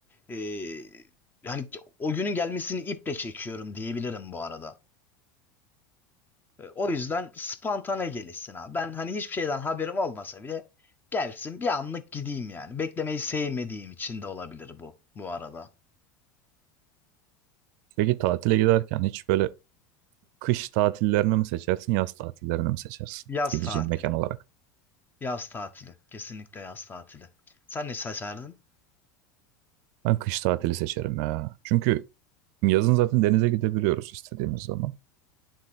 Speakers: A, on the left; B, on the right.
A: Ee, yani o günün gelmesini iple çekiyorum diyebilirim bu arada. Ee, o yüzden spontane gelişsin abi. Ben hani hiçbir şeyden haberim olmasa bile gelsin bir anlık gideyim yani. Beklemeyi sevmediğim için de olabilir bu bu arada.
B: peki tatile giderken hiç böyle kış tatillerini mi seçersin, yaz tatillerini mi seçersin
A: Yaz
B: gideceğin
A: tatili.
B: mekan olarak?
A: Yaz tatili. Kesinlikle yaz tatili. Sen ne seçerdin?
B: Ben kış tatili seçerim ya. Çünkü yazın zaten denize gidebiliyoruz istediğimiz zaman.